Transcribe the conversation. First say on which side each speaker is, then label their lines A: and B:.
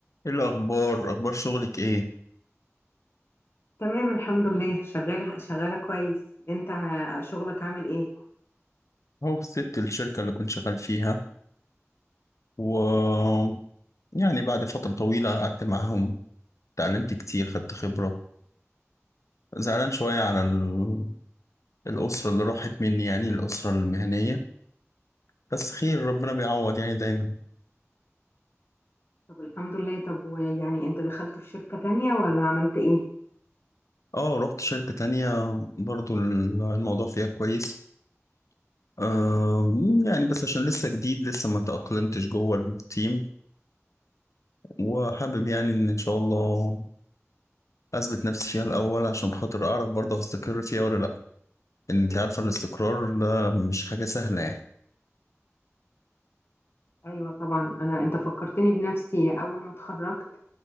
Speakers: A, on the left; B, on the left.
A: ايه الاخبار اخبار شغلك ايه
B: تمام الحمد لله شغالة شغالة كويس انت ع- شغلك عامل ايه
A: هو سبت الشركه اللي كنت شغال فيها و يعني بعد فتره طويله قعدت معاهم اتعلمت كتير خدت خبره زعلان شويه على ال... الاسره اللي راحت مني يعني الاسره المهنيه بس خير ربنا بيعوض يعني دايما
B: طب الحمد لله طب ويعني انت دخلت في شركة تانية ولا عملت ايه
A: اه رحت شركه تانية برضو ال- الموضوع فيها كويس آه يعني بس عشان لسه جديد لسه ما تأقلمتش جوه التيم وحابب يعني ان ان شاء الله اثبت نفسي فيها الاول عشان خاطر اعرف برضه استقر فيها ولا لا ان انت عارفه الاستقرار ده مش حاجه سهله يعني
B: ايوه طبعا انا انت فكرتني بنفسي اول ما اتخرجت